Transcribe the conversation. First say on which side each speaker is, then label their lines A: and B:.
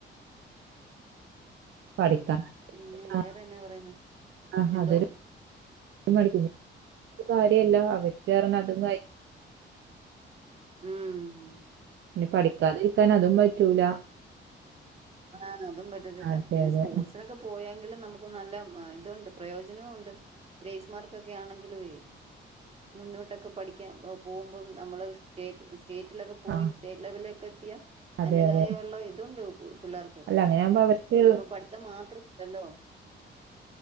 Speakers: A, on the right; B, on the right.
A: പഠിക്കാ
B: പിന്നെ വേറെന്നാ
A: അ
B: പറയുന്നെ
A: അ
B: എന്തോ
A: അതൊരു <unintelligible> കാര്യല്ല അവര്ക്ക് അറഞ്ഞതും ക
B: ഉം
A: ഞ്ഞി പഠിക്കാതിരിക്കാൻ അതും പറ്റൂല
B: ആ അതും പറ്റത്തില്ല
A: അതെ
B: പിന്നെ
A: അതെ
B: സ്പോർട്സിനൊക്കെ പോയാ യല് നമുക്ക് നല്ല ഇതുണ്ട് പ്രയോജനോണ്ട് ഗ്രേസ്മാർക്കൊക്കെ ആണെങ്കിലോയ്‌ മുന്നോട്ടൊക്കെ പഠിക്കാൻ പോകുമ്പോ നമ്മള് സ്റ്റേറ്റ്സ് റ്റെറ്റിലൊക്കെ പോയി
A: ആ
B: സ്റ്റേറ്റ് ലെവലിലൊക്കെത്തിയ
A: അതെ
B: അയിന്റെതായ
A: അതെ
B: ഒള്ള ഇതുണ്ട് കു പിള്ളേർക്ക്
A: അല്ല അങ്ങനെയാകുമ്പോ അവർക്ക്
B: ഇപ്പം പഠിത്തം മാത്രം അല്ലല്ലോ